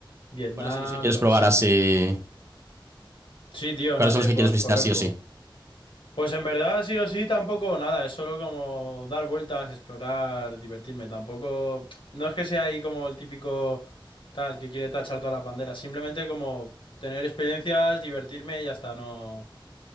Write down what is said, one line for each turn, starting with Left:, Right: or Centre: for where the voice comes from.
Left: Vietnam,
Right: ¿Cuáles son los que quieres
Left: lo
Right: probar
Left: que sea,
Right: así?
Left: tío. Sí, tío,
Right: ¿Cuáles
Left: no sé,
Right: son los que
Left: por,
Right: quieres visitar
Left: por ver
Right: sí
Left: un
Right: o
Left: poco.
Right: sí?
Left: Pues en verdad, sí o sí, tampoco nada, es solo como dar vueltas, explorar, divertirme. Tampoco, no es que sea ahí como el típico tal que quiere tachar toda la bandera, simplemente como tener experiencias, divertirme y ya está, no.